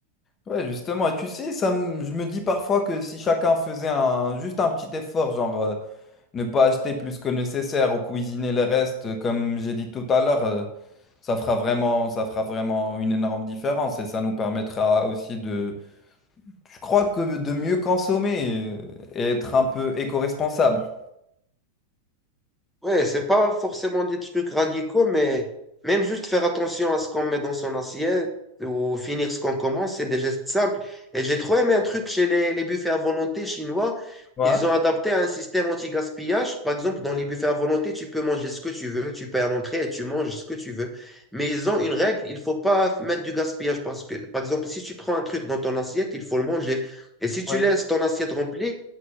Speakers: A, on the left (about 25°); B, in the centre.
A: Ouais, justement. Et tu sais, ça, me- je me dis parfois que si chacun faisait un, juste un petit effort, genre. euh, Ne pas acheter plus que nécessaire ou cuisiner les restes, comme j'ai dit tout à l'heure, euh, ça fera vraiment, ça fera vraiment une énorme différence et ça nous permettra aussi de, je crois que de mieux consommer euh, et être un peu éco-responsable.
B: Ouais, c'est pas forcément des trucs radicaux, mais même juste faire attention à ce qu'on met dans son assiette ou finir ce qu'on commence, c'est des gestes simples. Et j'ai trop aimé un truc chez les, les buffets à volonté chinois.
A: Ouais.
B: Ils ont adapté un système anti-gaspillage. Par exemple, dans les buffets à volonté, tu peux manger ce que tu veux. Tu payes à l'entrée et tu manges ce que tu veux. Mais ils ont une règle, il faut pas mettre du gaspillage parce que, par exemple, si tu prends un truc dans ton assiette, il faut le manger. Et si tu
A: Oui.
B: laisses ton assiette remplie,